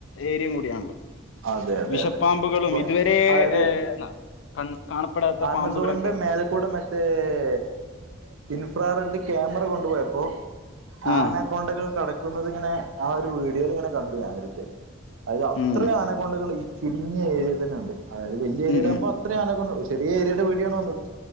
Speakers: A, on the left (about 75°); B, on the right (about 85°).
A: ഏരിയയും കൂടിയാണല്ലോ
B: അതെ അതെ
A: വിഷപ്പാമ്പുകളും
B: അതെ ഇപ്പൊ
A: ഇതുവരെ
B: അതായത്
A: ഏഹ് ന കൺ കാണപ്പെടാത്ത
B: ആമസോണിന്റെ
A: പാമ്പുകളൊക്കെ
B: മേലക്കൂടെ മറ്റെ മറ്റേ ഇൻഫ്രാ റെഡ് ക്യാമറ കൊണ്ടുപോയപ്പൊ
A: ആ
B: ആനക്കൊണ്ടകൾ കടക്കുന്നുന്നത് ഇങ്ങനെ ആ ഒരു വീഡിയോയിൽ ഇങ്ങനെ കണ്ടു ഞാൻ ഒരിക്കെ അതായത് അത്രയും
A: ഉം
B: ആനക്കൊണ്ടകൾ ഈ ചുരുങ്ങിയ ഏരിയിൽ തന്നെ ഉണ്ട് അതായത് വലിയ ഏരിയില്
A: ഉം ഉം
B: ആകുമ്പോ എത്ര ആനകൊണ്ട ചെറിയ ഏരിയയുടെ വിഡീയോ ആണ് വന്നത്